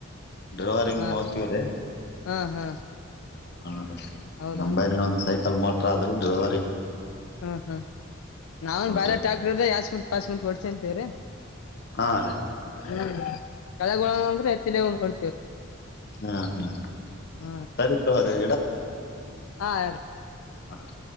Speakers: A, on the left; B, on the left.
A: ಡ್ರವರಿಂಗ್
B: ಹಾ
A: ಮಾತವ್ರ
B: ಹಾ ಹಾ
A: ಹ ರ <inaudible>
B: ಹೌದನ್
A: ನಂಬೈಲ್ ನ ಒಂದ ಸೈ ಕಲ್ಮಟ್ರ ಆದ್ರೆ ಡ್ರವರಿ
B: ಹಾ ಹಾ ನಾವೆನ್
A: ಹಾ
B: ಬ್ಯಾರೆ
A: ರೀ
B: ಟಾಕ್ಟರ್ ಯಾಸ್ಕಂ ಪಸ್ಕಂ ಹೊಡ್ಸಂತೇವ್ರೀ.
A: ಹಾ ರೀ
B: ಹ್ಮ್ ಕೆಳಗ್ ಉಳನ ಅಂದ್ರೆ ಎತ್ತಲಂದ ಹೊಳ್ತೇವ್ರಿ
A: ಹ್ಮ್ ಹ್ಮ್
B: ಹಾ ರೀ
A: ಸರಿ ತಗೋರಿ
B: ಹಾ ಹೇಳ್ರಿ.
A: ಆ ರೀ